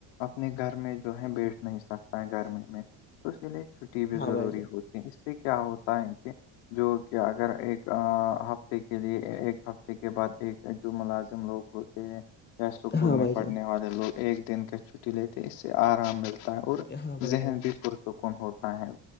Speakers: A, on the left; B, on the left.
A: اپنے گھر میں جو ہے بیٹھ نہیں سکتا ہے گھر میں تو اسی لیے چھٹی بھی
B: ہاں
A: ضروری
B: بھائی جان
A: ہوتی اس سے کیا ہوتا ہے کہ جو کہ اگر ایک ہفتے کے لیے ایک ہفتے کے بعد ایک جو ملازم لوگ ہوتے ہیں یا اسکول
B: ہاں
A: میں
B: بھائی
A: پڑھنے
B: جان
A: والے لوگ ایک دن کا چھٹی لیتے ہیں اس سے آرام ملتا ہے اور
B: ہاں بھائی
A: ذہن
B: جان
A: بھی پرسکون ہوتا ہے